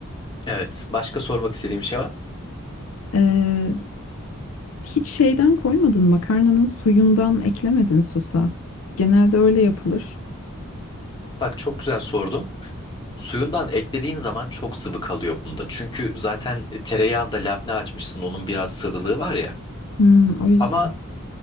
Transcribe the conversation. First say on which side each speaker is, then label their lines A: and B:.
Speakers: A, on the left; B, on the left.
A: Evet. Başka sormak istediğim bir şey var.
B: Ee, hiç şeyden koymadın makarnanın suyundan eklemedin sosa. Genelde öyle yapılır.
A: Bak çok güzel sordun. Suyundan eklediğin zaman çok sıvı kalıyor bunda. Çünkü zaten e, tereyağında labne açmışsın. Onun biraz sıvılığı var ya.
B: Hmm, o yüzden
A: Ama